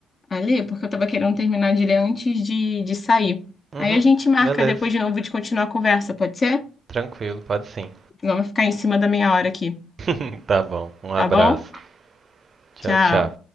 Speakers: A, on the left; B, on the right.
A: a ler, porque eu estava querendo terminar de ler antes de, de sair.
B: Uhum.
A: Aí a gente marca
B: Beleza.
A: depois de novo de continuar a conversa, pode ser?
B: Tranquilo, pode sim.
A: Senão vai ficar em cima da meia hora aqui.
B: <laughs> Tá bom. Um abraço.
A: Tá bom?
B: Tchau,
A: Tchau.
B: tchau.